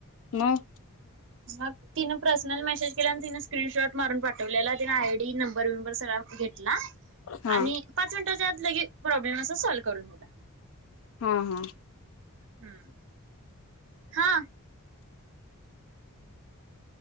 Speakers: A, on the left; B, on the right.
A: मग
B: म <unintelligible> तिनं पर्सनल मेसेज केला आणि तिनें स्क्रीनशॉट, मारून पाठवलेला तिने, आय डी नंबर विंबर सगळा घेतला.
A: हा
B: आणि पाच मिनिटाच्या आ लगे प्रॉब्लेम, अस सॉल्व करून दिला.
A: हा हा
B: हम्म. हा